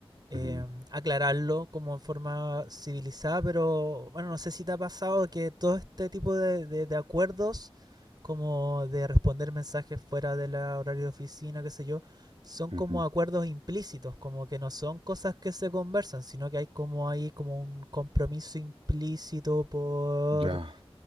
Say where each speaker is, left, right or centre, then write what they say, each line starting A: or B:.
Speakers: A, on the right; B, on the right.
A: eh,
B: Ujú,
A: aclararlo como en forma civilizada, pero bueno, no sé si te ha pasado que todo este tipo de, de- de acuerdos, como de responder mensajes fuera del horario de oficina, qué sé yo, son como
B: ujú.
A: acuerdos implícitos, como que no son cosas que se conversan, sino que hay como ahí como un compromiso implícito por...
B: Ya,